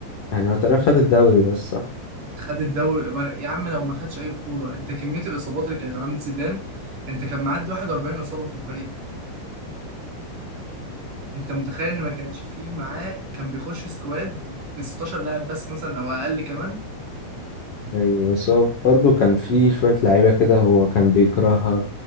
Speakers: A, on the left (about 55°); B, on the right (about 40°).
A: يعني هو تقريبا خد الدوري بس صح
B: خد الدوري ما- يا عم لو ما خدش أي بطولة أنت كمية الإصابات اللي كانت عند زيدان أنت كان معدي 41 إصابة في الفريق أنت متخيل إن ما كانش فيه معاه كان بيخش سكواد ب 16 لاعب بس مثلا أو أقل كمان
A: ايوه بس هو برضو كان في شوية لعيبة كده هو كان بيكرهها